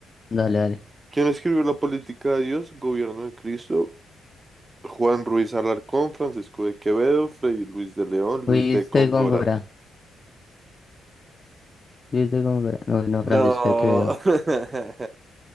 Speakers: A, on the left; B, on the right.
A: dale, dale.
B: ¿Quién escribió La política de Dios? Gobierno de Cristo. Juan Ruiz Alarcón, Francisco de Quevedo, Fray Luis de León, Luis
A: Luis
B: de Góngora.
A: de Góngora. Luis de Góngora. No, no, Francisco
B: No.
A: de Quevedo.
B: <laughs>